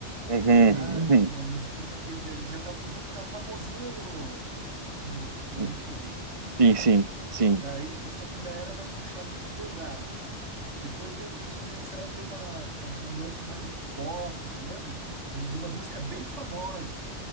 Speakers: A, on the right (about 30°); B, on the right (about 80°).
A: Uhum,
B: Cara,
A: <laughs>
B: uma musiquinha que daí eles já estavam começando a ficar famosinho no, no, na
A: uhum.
B: MTV.
A: Sim, sim, sim,
B: Daí, só que ainda era mais puxado pro pesado. Depois e- eles começaram a ter uma, uma- um lance mais pop, se lembra? De, de umas músicas bem famosas,